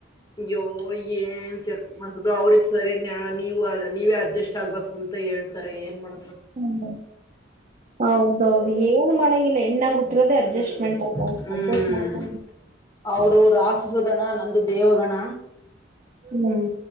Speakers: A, on the left (about 20°); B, on the right (about 40°).
A: ಯೋ ಏನ್ ಚೆಕ್ ಮಾಡ್ಸೋದೋ ಅವರಿಗ ಸರಿಯಾಗಿ ನೀವ್ ನೀವೇ ಅಡ್ಜಸ್ಟ್ ಆಗ್ಬೇಕು ಅಂತ ಹೇಳ್ತಾರೆ ಏನ್ ಮಾಡ
B: ಹ ಹೌದೌದು ಏನು ಮಾಡಂಗಿಲ್ಲ ಎಣ್ಣಾಗ ಹುಟ್ಟ ನಿಂತಿರೋದೆ
A: ಹ್ಮ್
B: ಅಡ್ಜಸ್ಟ್ಮೆಂಟ್ ಅಲ್ವಾ
A: ಹ್ಮ್
B: ಅಡ್ಜಸ್ಟ್ ಮಾಡ್
A: ಅವರು ರಾಕ್ಷಸ ಗಣ ನಂದು ದೇವಗಣ
B: ಹ್ಮ್